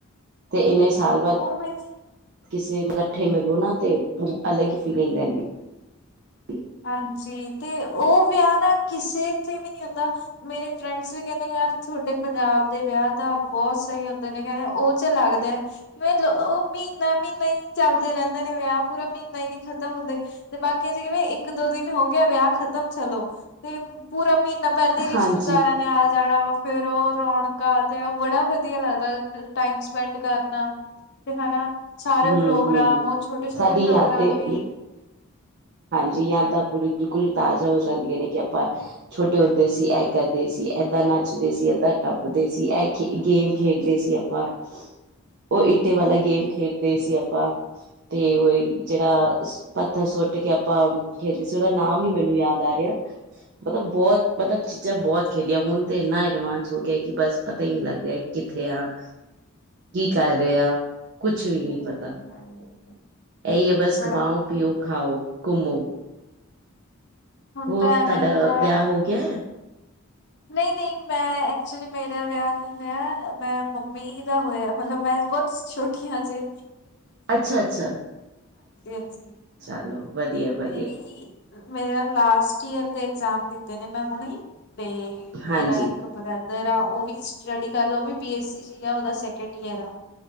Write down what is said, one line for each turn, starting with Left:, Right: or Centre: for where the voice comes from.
Right: ਤੇ ਇੰਨੇ ਸਾਲ ਬਾਅਦ,
Left: ਉਹ ਮੀਨਸ
Right: ਕਿਸੇ ਇਕੱਠੇ ਮਿਲੋ ਨਾ ਤੇ ਅਲੱਗ ਹੀ ਫੀਲਿੰਗ ਰਹਿੰਦੀ। ਹੈ।
Left: ਹਾਂਜੀ ਤੇ ਉਹ ਵਿਆਹ ਨਾ ਕਿਸੇ ਤੇ ਵੀ ਨੀ ਹੁੰਦਾ ਮੇਰੇ ਫਰੈਂਡਸ ਵੀ ਕਹਿੰਦੇ। ਯਾਰ ਤੁਹਾਡੇ ਪੰਜਾਬ ਦੇ ਵਿਆਹ ਤਾਂ ਬਹੁਤ ਸਹੀ ਹੁੰਦੇ ਨੇ। ਕਹਿ ਉਹ ਚ ਲੱਗਦਾ ਆ ਕਿਵੇਂ ਉਹ ਮਹੀਨਾ ਮਹੀਨਾ ਹੀ ਚੱਲਦੇ ਰਹਿੰਦੇ ਨੇ ਵਿਆਹ ਪੂਰਾ ਮਹੀਨਾ ਹੀ ਨਹੀਂ ਖਤਮ ਹੁੰਦੇ ਤੇ ਬਾਕੀ ਅਸੀਂ ਕਿਵੇਂ ਇੱਕ ਇੱਕ ਦੋ ਦਿਨ ਹੋ ਗਿਆ ਵਿਆਹ ਖਤਮ ਚਲੋ ਤੇ ਪੂਰਾ ਮਹੀਨਾ ਪਹਿਲਾਂ ਹੀ ਰਿਸ਼ਤੇਦਾਰਾਂ
Right: ਹਾਂਜੀ
Left: ਨੇ ਆ ਜਾਣਾ ਵਾ। ਫੇਿਰ ਉਹ ਰੌਣਕਾਂ ਤੇ ਆ ਬੜਾ ਵਧੀਆ ਲੱਗਦਾ ਟਾਈਮ ਸਪੈਂਡ ਕਰਨਾ। ਤੇ ਹੈਨਾ, ਸਾਰੇ
Right: ਹਮ
Left: ਪ੍ਰੋਗਰਾਮ
Right: ਹਮ
Left: ਉਹ ਛੋਟੇ-ਛੋਟੇ
Right: ਸਾਡੀ
Left: ਪ੍ਰੋਗਰਾਮ
Right: ਯਾਦੇ
Left: ਵੀ
Right: ਜ ਯਾਦਾਂ ਪੂਰੀ ਬਿਲਕੁਲ
Left: ਹੂੰ।
Right: ਤਾਜ਼ਾ ਹੋ ਜਾਂਦੀਆਂ ਨੇ। ਆਪਾਂ ਛੋਟੇ ਹੁੰਦੇ ਸੀ ਇਹ ਕਰਦੇ ਸੀ ਇਏਦਾਂ ਨਾਚ ਨਚਦੇ ਸੀ ਇਦਾ, ਆਪਾਂ ਟੱਪਦੇ ਸੀ ਐਹ ਗੇਮ ਖੇਡਦੇ ਸੀ ਆਪਾਂ। ਉਹ ਇਟੇ ਵਾਲਾ ਗੇਮ ਖੇਡਦੇ ਸੀ ਆਪਾਂ ਤੇ ਉਹੀ ਜਿਹੜਾ ਪੱਥਰ ਸੁੱਟ ਕੇ ਆਪਾਂ ਖੇਡਦੇ ਸੀ ਉਹਦਾ ਨਾਮ ਨੀ ਮੈਨੂੰ ਯਾਦ ਆ ਰਿਆ। ਮਤਲਬ ਬਹੁਤ ਮਤਲਬ ਚੀਜਾਂ ਬਹੁਤ ਖੇਡਿਆ ਹੁਣ ਤੇ ਇੰਨਾ ਐਡਵਾਂਸ ਹੋ ਗਿਆ ਕਿ ਬਸ ਪਤਾ ਹੀ ਨਹੀਂ ਲੱਗ ਰਿਹਾ ਕਿੱਥੇ ਆ ਕੀ ਕਰ ਰਿਹਾ ਕੁਛ ਵੀ ਨੀ
Left: ਇਹ
Right: ਇਹੀ ਐ ਬਸ
Left: ਬੜਾ
Right: ਕਮਾਓ
Left: ਮਜ਼ਾ
Right: ਪੀਓ ਖਾਓ। ਘੁੰਮੋ,
Left: ਹੁੰਦਾ
Right: ਹੋਰ
Left: ਐਵੇਂ
Right: ਤੁਹਾਡਾ
Left: ਹੁੰਦਾ
Right: ਵਿਆਹ ਹੋ ਗਿਆ ਹੈ
Left: ਨਈਂ-ਨਈਂ ਮੈਂ ਐਕਚੁਲੀ ਮੇਰਾ ਵਿਆਹ ਨਹੀਂ ਹੋਇਆ ਮੈਂ ਮੰਮੀ ਦਾ ਹੋਇਆ ਮਤਲਬ ਮੈਂ ਬਹੁਤ ਛੋਟੀ ਹਾਂ ਅਜੇ।
Right: ਅੱਛਾ-ਅੱਛਾ-ਅੱਛਾ-ਅੱਛਾ
Left: ਹਾਂਜੀ
Right: ਚਾਲੋ ਵਧੀਆ-ਵਧੀਆ।
Left: ਮੇਰੀ ਮੇਰਾ ਲਾਸਟ ਈਅਰ ਦੇ ਇਗਜ਼ਾਮ ਦਿੱਤੇ ਨੇ ਮੈਂ ਹੁਣੇ ਈ। ਤੇ
Right: ਹਾਂਜੀ
Left: ਮੇਰਾ ਇੱਕ ਬ੍ਰਦ ਬ੍ਰਦਰ ਆ ਉਹ ਵੀ ਸਟੱਡੀ ਕਰਦਾ ਉਹ ਵੀ ਬੀ ਐਸ ਸੀ ਚ ਆ ਉਹਦਾ ਸੈਕਿੰਡ ਈਅਰ ਆ।